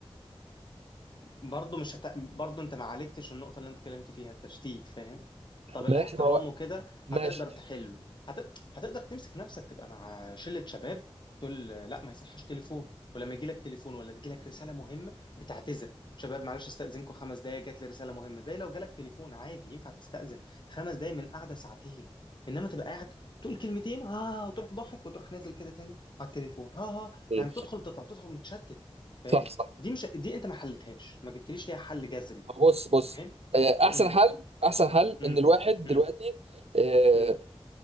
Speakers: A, on the left; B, on the right.
A: برضه مش هت... برضه انت ما عالجتش النقطة اللي انت اتكلمت فيها التشتيت فاهم طب الاحترام
B: ماشي ما هو
A: وكده
B: ماشي
A: هتقدر تحله هت... هتقدر تمسك نفسك تبقى مع شلة شباب تقول لا ما يصحش تليفون ولما يجي لك تليفون ولا تجي لك رسالة مهمة بتعتذر شباب معلش استأذنكم خمس دقايق جات لي رسالة مهمة زي لو جالك تليفون عادي ينفع تستأذن خمس دقايق من قعدة ساعتين انما تبقى قاعد تقول كلمتين ها وتروح ضحك وتروح نازل كده تاني على التليفون ها ها
B: مم.
A: يعني بتدخل تطلع بتدخل متشتت فاهم
B: صح صح
A: دي مش دي انت ما حلتهاش ما جبتليش ليها حل جذري
B: ما هو بص بص
A: فاهم
B: آه، احسن
A: امم
B: حل احسن حل
A: امم
B: ان الواحد دلوقتي
A: امم
B: آه،
A: امم